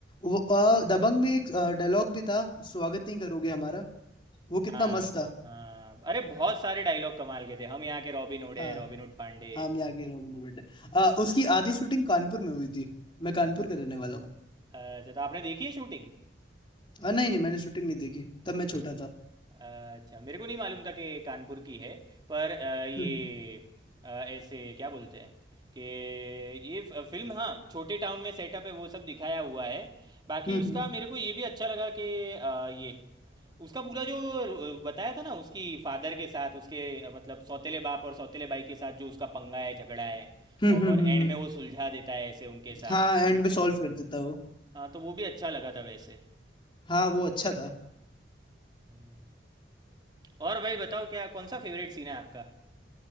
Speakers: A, on the left (about 25°); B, on the right (about 25°).
A: वो अ, दबंग में एक डायलॉग भी था स्वागत नहीं करोगे हमारा वो कितना
B: हाँ
A: मस्त था
B: हाँ अरे बहुत सारे डायलॉग कमाल के थे हम यहाँ के रॉबिन हुड है
A: हाँ
B: रॉबिन हुड पांडे
A: हाँ हम यहाँ के रॉबिन हुड हैं। अ, उसकी आधी शूटिंग कानपुर में हुई थी मैं कानपुर का रहने वाला हूँ
B: अच्छा तो आपने देखी है शूटिंग
A: हाँ नहीं नहीं मैंने शूटिंग नहीं देखी तब मैं छोटा था
B: अच्छा मेरे को नहीं मालूम था कि कानपुर की है पर अ, ये
A: हम्म
B: अ, ऐसे क्या बोलते हैं कि ये फ- फिल्म हाँ छोटे टाउन में सेटअप है वो सब दिखाया हुआ है बाकी
A: हम्म
B: उसका
A: हम्म
B: मेरे को ये भी अच्छा लगा कि अ, ये उसका पूरा जो र- बताया था ना उसकी फादर के साथ उसके अ, मतलब सौतेले बाप और सौतेले भाई के साथ जो उसका पंगा है झगड़ा है
A: हम्म
B: और
A: हम्म,
B: एंड
A: हम्म, हम्म।
B: में वो सुलझा देता है ऐसे उनके साथ
A: हाँ एंड में सॉल्व कर देता वो
B: हाँ तो वो भी अच्छा लगा था वैसे
A: हाँ वो अच्छा था
B: हम्म। और भाई बताओ क्या कौन सा फेवरेट सीन है आपका